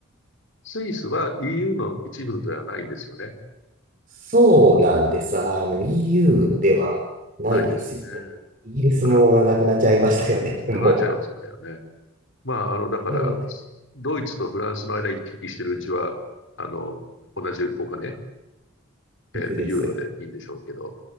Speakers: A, on the left; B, on the right.
A: スイスは EU の一部ではないんですよね。
B: そうなんです。あの、EU ではないですよね。
A: ないんですよね。
B: イギリスもなくなっちゃいましたよね、
A: だから、ふうん、
B: <laughs> も
A: なくなっちゃいましたよね。まあ、あの、だから、
B: う。なので、
A: ドイツとフランスの間行き来してるうちは、あの、同じお金、
B: ですです。
A: えっと、ユーロでいいんでしょうけど、